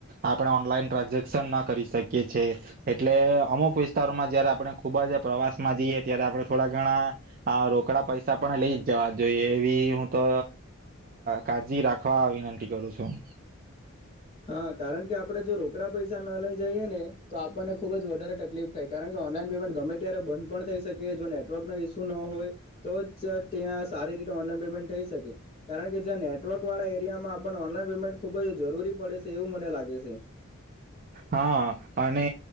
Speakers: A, on the right (about 40°); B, on the left (about 30°).
A: આપણે ઓનલાઈન ટ્રાન્ઝેક્શન ન કરી શકીએ છીએ. એટલે અમુક વિસ્તારોમાં જયારે આપણે ખુબ જ પ્રવાસમાં જઈએ. ત્યારે આપણે થોડા ઘણા આ રોકડા પૈસા પણ લઈ જ જવા જોઈએ, એવી હું તો કાળજી રાખવા વિનંતી કરું છું.
B: હા, કારણ કે આપડે જો રોકડા પૈસા ન લઈ જઈએ ને તો આપણને ખુબ જ વધારે તકલીફ થાય. કારણ કે ઓનલાઈન પેમેન્ટ ગમે ત્યારે બંધ પણ થઈ શકે. જો નેટવર્ક ન ઇસ્યુ ન હોય તો જ ત્યાં સારી રીતે ઓનલાઈન પેમેન્ટ થઈ શકે. કારણ કે, જ્યાં નેટવર્ક વાળા એરિયામાં આપણને ઓનલાઈન પેમેન્ટ ખુબ જ જરૂરી. પડે છે, એવું મને લાગે છે.
A: હા, અને